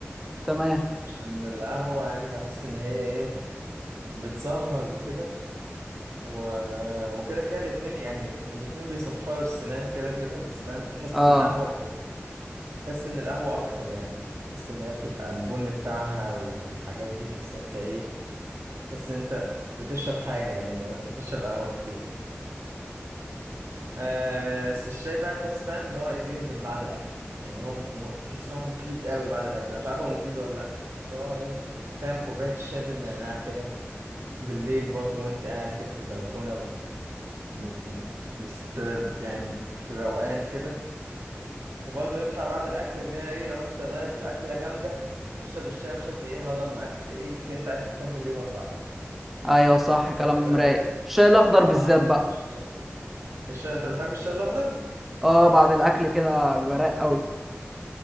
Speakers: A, in the centre; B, on the right.
A: تمام
B: عشان القهوة يعني بحس ان هي ايه بتسهر وكده و... وكده كده الاتنين يعني الاتنين بيصفروا السنان كده كده بس فاهم بتحس
A: اه
B: ان القهوة ايه تحس ان القهوة اكتر يعني تحس ان هي بتبقى البن بتاعها والحاجات دي تحس ان انت ايه تحس ان انت بتشرب حاجة يعني لو انت بتشرب قهوة كتير آه، بس الشاي بقى تحس فاهم اللي هو ايه بيهضم بعد الاكل يعني هو م... تحس ان هو مفيد قوي بعد الاكل انا مش عارف هو مفيد ولا لا بس هو ايه فاهم كوبايه الشاي بالنعناع كده بالليل برضه وانت قاعد كده في البلكونه مت... مست يعني في روقان كده وبرضه ينفع بعد الاكل اللي هي ايه لو انت ضايب اكله جامده تشرب الشاي مش هتلاقيه هضم معاك تلاقيك انت عرفت تكمل يومك بعدها
A: ايوه صح كلام
B: كده
A: رايق
B: ايه
A: الشاي الاخضر
B: اه
A: بالذات بقى
B: الشاي الشاي- انت بتحب الشاي الاخضر
A: اه بعد الاكل كده بيبقى رايق قوي